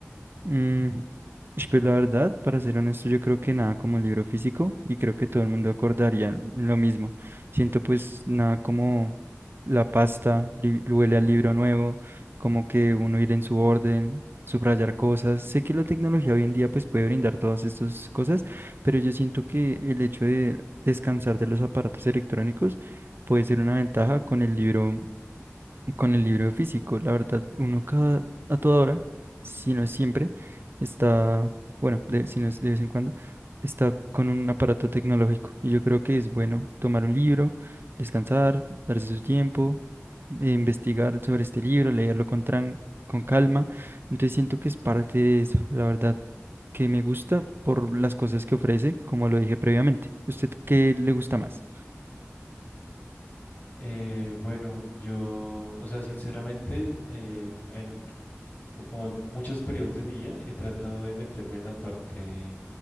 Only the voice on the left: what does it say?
Eh, bueno, yo, o sea, sinceramente, eh, en, como en muchos periodos de mi vida he tratado de meterme en la parte